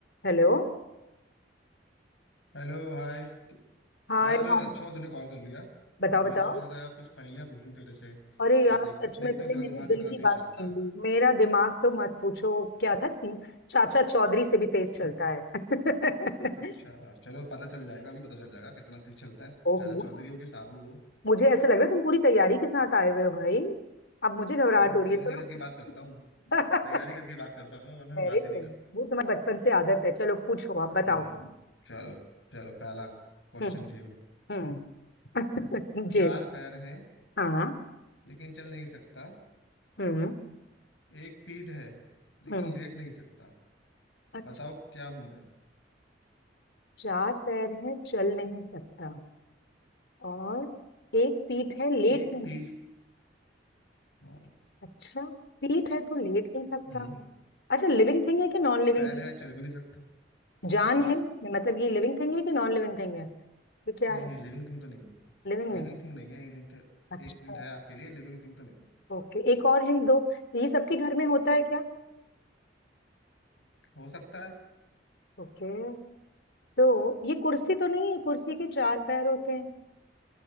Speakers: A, on the left (about 60°); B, on the left (about 85°).
A: हेलो
B: Hello hi
A: हाँ
B: यार
A: अरे
B: अच्छा
A: हाँ
B: हो तूने कॉल कर लिया
A: बताओ बताओ
B: मैं सोच रहा था यार कुछ पहेलियां पूछ लूं तेरे से
A: अरे
B: तो
A: यार
B: देख
A: सच
B: देखता
A: में तुमने
B: हूँ तेरा
A: मेरे
B: दिमाग
A: दिल
B: कितना
A: की बात
B: तेज चलता
A: छीन
B: है
A: ली मेरा दिमाग तो मत पूछो क्या था तीन- चाचा चौधरी से भी तेज चलता
B: <laughs>
A: है <laughs>
B: अच्छा चलो पता चल जाएगा अभी पता चल जाएगा कितना तेज चलता है चाचा
A: ओहो
B: चौधरी हो कि साबू हो
A: मुझे ऐसा लग रहा है तुम पूरी तैयारी के साथ आए हुए हो भाई अब मुझे घबराहट
B: मैं
A: हो
B: तो
A: रही
B: तैयारी
A: है चलो
B: करके
A: पूछो
B: बात करता हूँ तैयारी
A: <laughs>
B: करके बात करता हूँ वरना मैं
A: Very
B: बात ही नहीं
A: good
B: करता
A: वो तुम्हारे बचपन से आदत है चलो पूछो आप बताओ
B: हम्म, चलो चलो पहला क्वेश्चन
A: हम्म
B: झेलो
A: हम्म <laughs> जी
B: चार पैर हैं
A: हाँ
B: लेकिन चल नहीं सकता
A: हम्म
B: एक पीठ है लेकिन
A: हम्म
B: लेट नहीं सकता
A: अच्छा
B: बताओ क्या हूं मैं
A: चार पैर है चल नहीं सकता और एक पीठ है लेट
B: एक
A: नहीं
B: पीठ
A: सकता
B: हाँ।
A: अच्छा पीठ है तो लेट नहीं सकता
B: हम्म,
A: अच्छा लिविंग थिंग है कि नॉन लिविंग
B: पैर
A: थिंग
B: है चल भी नहीं सकते
A: जान
B: क्या
A: है इसमें मतलब ये लिविंग थिंग है कि नॉन लिविंग थिंग है ये क्या
B: नहीं
A: है
B: नहीं लिविंग थिंग तो नहीं है
A: लिविंग
B: लिविंग
A: नहीं
B: थिंग नहीं है हिंट
A: अच्छा
B: एक हिंट है आपके लिए लिविंग थिंग तो नहीं
A: ओके एक और हिंट दो ये सबके घर में होता है क्या
B: है। हो सकता है
A: ओके तो ये कुर्सी तो नहीं है कुर्सी के चार पैर होते हैं